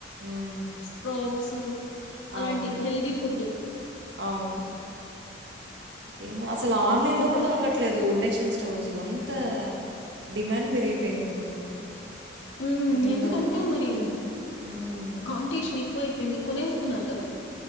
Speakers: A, on the right; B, on the left.
A: మ్మ్
B: స్ప్రౌట్స్ అలాంటి
A: అవును
B: హెల్దీ ఫుడ్
A: అవును కనా అసలు ఆన్లైన్ లో
B: అంటే
A: కూడా దొరకట్లేదు ఇండక్షన్స్ స్టవ్స్ అంత డిమాండ్ పెరిగిపోయింది ఇప్పుడు
B: ఉ
A: ఏందో
B: ఎందుకంటే మరి
A: మ్మ్.
B: కాంటీషన్ ఎక్కువ అయిపోయింది కొనే కుందా